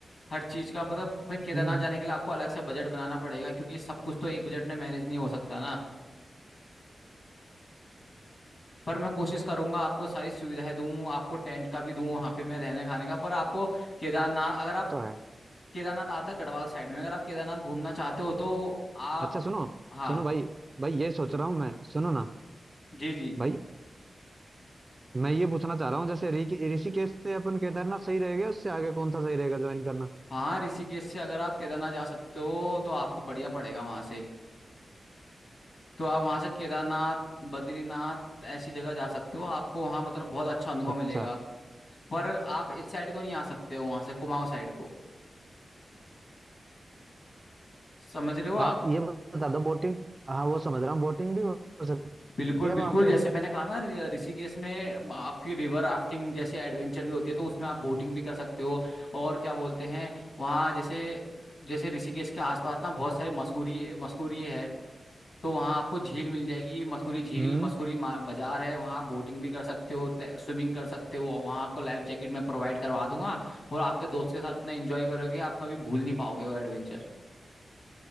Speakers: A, on the left; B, on the right.
A: हर चीज का मतलब फिर केदारनाथ
B: हम्म
A: जाने के लिए आपको अलग से बजट बनाना पड़ेगा क्योंकि सब कुछ तो एक बजट में मैनेज नहीं हो सकता ना पर मैं कोशिश करूंगा आपको सारी सुविधाएं दूं आपको टेंट का भी दूं वहां पे मैं रहने खाने का पर आपको केदारनाथ अगर आप
B: तो है
A: केदारनाथ आता है गढ़वाल साइड में अगर आप केदारनाथ घूमना चाहते हो तो आप
B: अच्छा सुनो
A: हाँ
B: सुनो भाई भाई ये सोच रहा हूँ मैं सुनो ना
A: जी जी
B: भाई मैं ये पूछना चाह रहा हूँ जैसे ऋषि- ऋषिकेश से अपन केदारनाथ सही रहेगा उससे आगे कौन सा सही रहेगा ज्वाइन करना
A: हाँ ऋषिकेश से अगर आप केदारनाथ जा सकते हो तो आपको बढ़िया पड़ेगा वहां से तो आप वहां से केदारनाथ बद्रीनाथ ऐसी जगह जा सकते हो आपको वहां मतलब बहुत अच्छा अनुभव
B: अच्छा
A: मिलेगा पर आप इस साइड को नहीं आ सकते हो वहां से कुमाऊं साइड को समझ रहे हो आप
B: आप ये बता दो बोटिंग हाँ वो समझ रहा हूँ बोटिंग भी हो हो सकती
A: बिल्कुल
B: है
A: बिल्कुल
B: वहां पे
A: जैसे
B: अभी
A: मैंने कहा ना ऋ- ऋषिकेश में आपकी रिवर राफ्टिंग जैसे एडवेंचर भी होती है तो उसमें आप बोटिंग भी कर सकते हो और क्या बोलते हैं वहाँ जैसे जैसे ऋषिकेश के आसपास ना बहुत सारी मसूरी मसूरी है तो वहाँ आपको झील मिल जाएगी मसूरी झील
B: हम्म
A: मसूरी मा- बाजार है वहाँ बोटिंग भी कर सकते हो स्विमिंग कर सकते हो और वहाँ आपको लाइफ जैकेट मैं प्रोवाइड करवा दूंगा और आपके दोस्त के साथ इतना एंजॉय करोगे आप कभी भूल नहीं पाओगे वो एडवेंचर